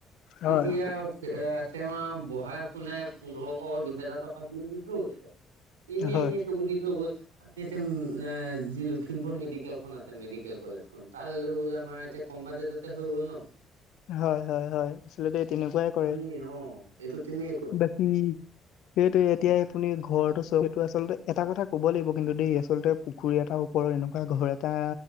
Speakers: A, on the left (about 65°); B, on the right (about 85°).
A: হয়
B: এতিয়া। এ, তেওঁ বহাই শুনোই পোন্ধৰশ দুহেজাৰ টকাত বিল দি থৈ গৈছে। ইনে
A: হয়
B: ইনে সেইবোৰ দি থৈ গ 'ল আমি এতিয়া, যি লখিমপুৰ মেডিকেল খন আছে মেডিকেল কলেজ খন তালে লৈ গলে আমাৰ এতিয়া। কম বাজেটতে হৈ গ'ল ন।
A: হয় হয় হয়, আচলতে তেনেকুৱাই কৰে।
B: এ অ' এইটো তেনে।
A: বাকী। সেইটো এতিয়াই আপুনি ঘৰটো চাওক এইটো আচলতে এটা কথা কব লাগিব কিন্তু দেই আচলতে। পুখুৰী এটাৰ ওপৰত এনেকুৱা ঘৰ এটা।